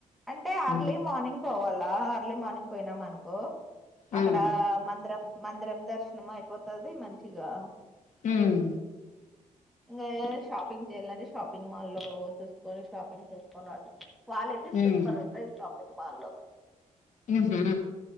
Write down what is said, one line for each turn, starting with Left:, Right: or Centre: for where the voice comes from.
Centre: అంటే అర్లీ
Left: ఉమ్
Centre: మార్నింగ్ పోవాల అలా అర్లీ మార్నింగ్ పోయినాం అనుకో అక్కడ
Left: ఉమ్
Centre: మందిరం మందిరం దర్శనం అయిపోతది మంచిగా
Left: హ్మ్మ్
Centre: ఇంకా ఏ షాపింగ్ చేయ్యాలంటే షాపింగ్ మాల్లో చూసుకొని షాపింగ్ చేసుకొవలట వాల్ అయితే సూపర్
Left: ఉమ్
Centre: ఉంటది షాప్ వాళ్ళో
Left: హ్మ్మ్